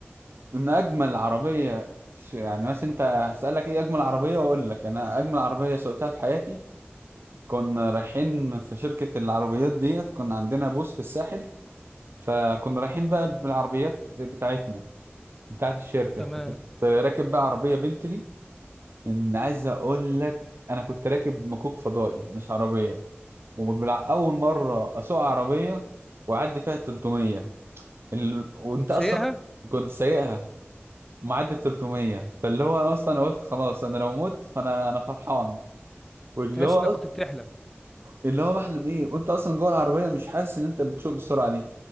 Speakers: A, on the right (about 60°); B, in the centre.
A: إن أجمل عربية ش- يعني مثلا أنت هسألك إيه أجمل عربية أقول لك أنا أجمل عربية سوقتها في حياتي كنا رايحين في شركة العربيات ديت كنا عندنا بوث في الساحل فكنا رايحين بقى بالعربيات بتاعتنا بتاعت الشركة
B: تمام
A: فكنت راكب بقى عربية بنتلي إن عايز أقول لك أنا كنت راكب مكوك فضائي مش عربية وأول مرة أسوق عربية وأعدي فيها 300 ال... وأنت
B: كنت
A: أصلا
B: سايقها
A: كنت سايقها معدي 300 فاللي هو أنا أصلا قلت خلاص أنا لو مت فأنا أنا فرحان واللي
B: تحس
A: هو
B: انك كنت بتحلم
A: اللي هو بحلم ايه وانت اصلا جوه العربيه مش حاسس ان انت بتسوق بالسرعه دي